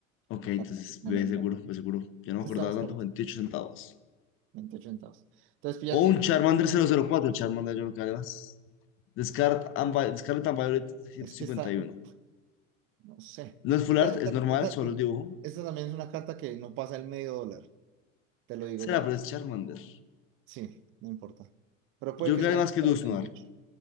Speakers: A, on the left; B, on the right.
A: ok,
B: No,
A: entonces,
B: no,
A: ve
B: no, no, no.
A: seguro,
B: no.
A: ve seguro. Yo no
B: Este
A: me acordaba
B: está más
A: tanto,
B: carito.
A: 28 centavos.
B: 28 centavos. Entonces, fíjate.
A: O un Charmander cero cero cuatro Charmander, yo no creo que vale más. Descart and Vi- Scarlet and Violet ciento
B: Es
A: cincuenta
B: que esta...
A: y
B: uf,
A: uno
B: no sé.
A: No es full
B: Esta,
A: art,
B: esta-
A: es normal,
B: esta-
A: solo
B: es-
A: el dibujo.
B: esta también es una carta que no pasa el medio dólar. Te lo digo
A: Será,
B: ya.
A: pero es Charmander.
B: Sí, no importa. Pero puede
A: Yo
B: que
A: creo que
B: sea
A: vale más
B: más
A: que
B: caro
A: Dusk
B: que veintiocho
A: Noir.